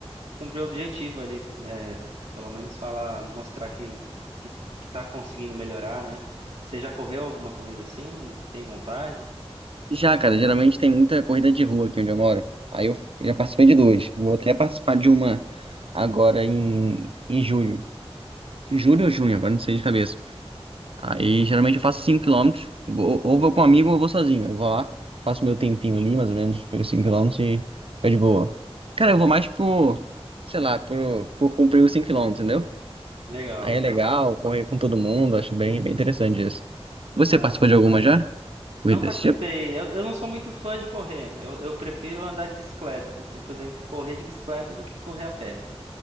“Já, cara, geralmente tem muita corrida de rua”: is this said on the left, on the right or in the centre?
Right